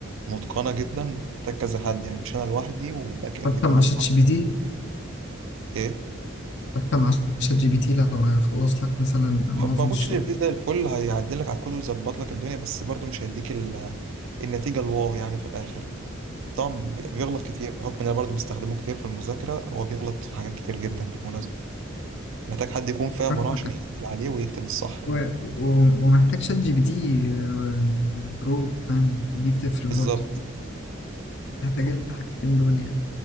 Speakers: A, on the right; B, on the left.
A: متقنة جدا محتاج كذا حد يعني مش أنا لوحدي وباك إند
B: حتى
A: كمان
B: مع شات
A: لوحدي
B: جي بي تي
A: إيه
B: حتى مع شات جي بي تي لو هيخلص لك مثلا معظم
A: موجود
B: الشغل
A: شات جي بي تي زي الفل هيعدل لك على الكود ويظبط لك الدنيا بس برضه مش هيديك ال- النتيجة الواو يعني في الآخر طبعا بي- بيغلط كتير بحكم إن أنا برضه بستخدمه كتير في المذاكرة هو بيغلط في حاجات كتير جدا بالمناسبة محتاج حد يكون فاهم
B: فاهمك.
A: وراه عشان يعدل عليه ويكتب الصح يعني
B: و- و- ومحتاج شات جي بي تي آه، برو فاهم دي بتفرق
A: بالظبط
B: برضه نحتاج الحاجتين دول يعني